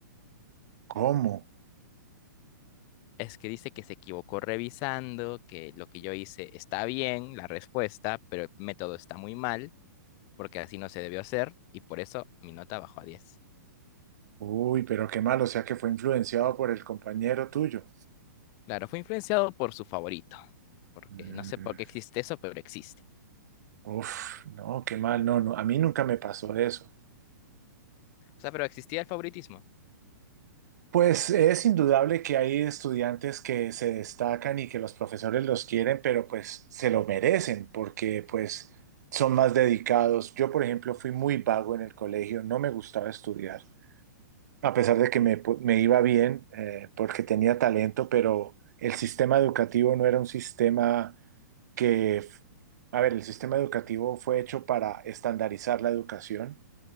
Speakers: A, on the right; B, on the left.
A: ¿Cómo?
B: Es que dice que se equivocó revisando, que lo que yo hice está bien, la respuesta, pero el método está muy mal, porque así no se debió hacer, y por eso mi nota bajó a diez.
A: Uy, pero qué mal, o sea que fue influenciado por el compañero tuyo.
B: Claro, fue influenciado por su favorito, porque
A: Mm,
B: no sé por qué existe eso, pero existe.
A: uf, no, qué mal, no, no, a mí nunca me pasó eso.
B: O sea, pero existía el favoritismo.
A: Pues es indudable que hay estudiantes que se destacan y que los profesores los quieren, pero pues se lo merecen porque pues son más dedicados. Yo, por ejemplo, fui muy vago en el colegio, no me gustaba estudiar, a pesar de que me, me iba bien eh, porque tenía talento, pero el sistema educativo no era un sistema que, a ver, el sistema educativo fue hecho para estandarizar la educación